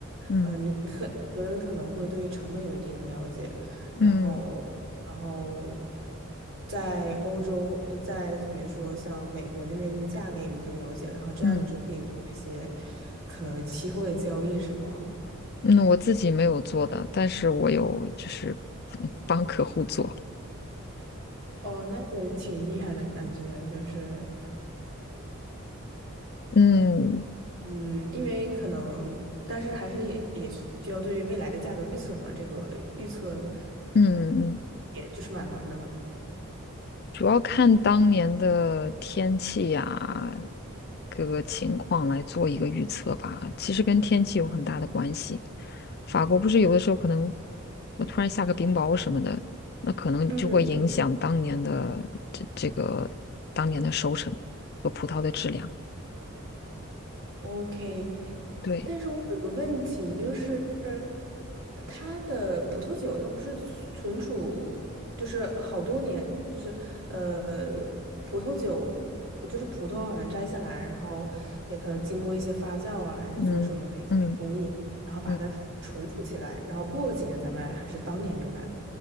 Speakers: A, on the left; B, on the right.
A: 嗯
B: 呃，你可我觉得你可能会对成本有一定的了解，然后，
A: 嗯
B: 然后在欧洲，呃，在比如说像美国那边的价格有一定了解，然后这样你就可以做一些
A: 嗯
B: 可能期货的交易，是吗？
A: 嗯，我自己没有做的，但是我有就是 <laughs> 帮客户做。
B: 哦，那也挺厉害的感觉，就是。
A: 嗯
B: 嗯，因为可能，但是还是也也需要对未来的价格预测嘛，这个预测
A: 嗯嗯。
B: 也就是蛮难的嘛。
A: 主要看当年的天气呀，各个情况来做一个预测吧。其实跟天气有很大的关系。法国不是有的时候可能，那突然下个冰雹什么的，那可能就会影响当年的这这个当年的收成和葡萄的质量。
B: 嗯，OK，
A: 对，
B: 但是我有一个问题，就是呃它的葡萄酒，它不是存存储，就是好多年，就是呃，葡萄酒，就是葡萄好像摘下来，然后给它经过一些发酵啊，还是做什么的一些工艺，
A: 嗯嗯
B: 然后把它存储起来，
A: 嗯，
B: 然后过个几年再卖，还是当年就卖？